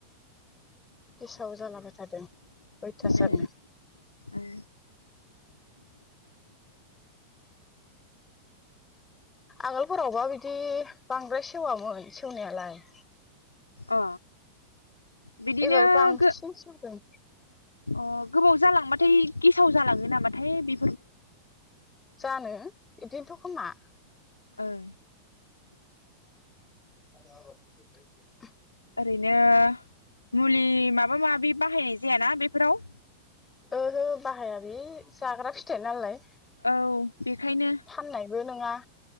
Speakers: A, on the left; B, on the left.
A: गेसाव जालाबायथारदों अयथासारनो
B: ए
A: <inaudible>
B: ए
A: आगोलफोरावबा बिदि बांद्राय सेवामोन सेवनायालाय
B: अ बिदिनो
A: एबार बांसिन
B: गो
A: सेवदों
B: अ गोबाव जालांबाथाय गेसाव जालाङो नामाथाय बे
A: जानो इदिनोथ' खोमा।
B: ओं
A: <unintelligible>
B: ओरैनो मुलि माबा माबि बाहायनायस जायाना बेफोराव
A: ओहो बाहाया बे जाग्रा फिथाइ नालाय।
B: औ बेखायनो
A: फाननायबो नोंङा।